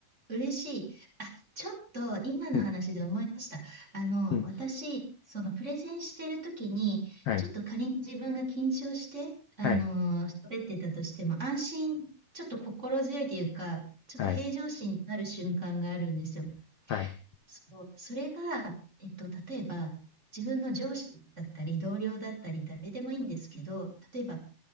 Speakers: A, on the right; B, on the left.
A: 嬉しい。あ、ちょっと今の話で思い出した。
B: ね
A: あの、
B: うん、
A: 私、そのプレゼンしてる時に、
B: はい、
A: ちょっと仮に自分が緊張して、あの、
B: はい、
A: 喋ってたとしても、安心、ちょっと心強いというか、ちょっと平常心になる瞬間があるんですよ。
B: はい、はい、
A: そう、それが、えっと、例えば、自分の上司だったり、同僚だったり、誰でもいいんですけど、例えば、